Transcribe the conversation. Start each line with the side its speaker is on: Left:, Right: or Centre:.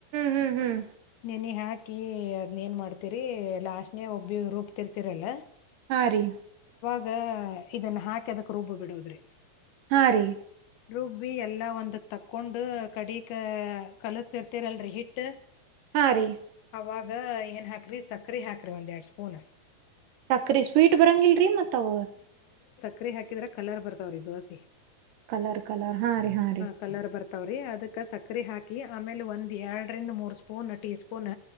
Right: ಹ್ಮ್ ಹ್ಮ್ ಹ್ಮ್
Left: ನೆನಿ ಹಾಕ್ ಹಾಕಿ ಅದನ್ನೇಏನು ಮಾಡ್ತೀರಿ ಲಾಸ್ನೇ ಒಬ್ಬಿ ರೂಬ್ತಿರ್ತಿರಲ್ಲ
Right: ಹಾ ರೀ
Left: ಆ ಇದನ್ನ ಹಾಕಿ ಅದಕ್ ರೂಬ್ ಬಿಡದ್ರಿ
Right: ಹಾ ರೀ
Left: ರೂಬ್ಬಿ ಎಲ್ಲ ಒಂದು ತಕ್ಕೊಂಡು ಕಡಿಕ ಕಲಸ್ತಿರ್ತಿರಲ್ರಿ ಹಿಟ್ಟ
Right: ಹಾ ರೀ
Left: ಅವಾಗ ಏನ್ ಹಾಕ್ರಿ ಸಕ್ರೆ ಹಾಕ್ರಿ ಒಂದ್ ಎರಡು ಸ್ಪೂನ್
Right: ಸಕ್ರ ಸ್ವೀಟ್ ಬರಂಗಿಲ್ರಿ ಮತ್ ಅವ
Left: ಸಕ್ರ ಹಾಕಿದ್ರೆ ಕಲರ್ ಬರ್ತಾವ್ರಿ ದದುೋಸಿ
Right: ಕಲರ್ ಕಲರ್ ಹಾಂ ರೀ ಹಾ ರೀ
Left: ಕಲರ್ ಬರ್ತಾವ್ರಿ ಅದಕ್ ಸಕರೆೆ ಹಾಕಿ ಆಮೇಲೆ ಒಂದ್ ಎರಡರಿಂದ ಮೂರ್ ಸ್ಪೂನ್ ಟೀ ಸ್ಪೂನ್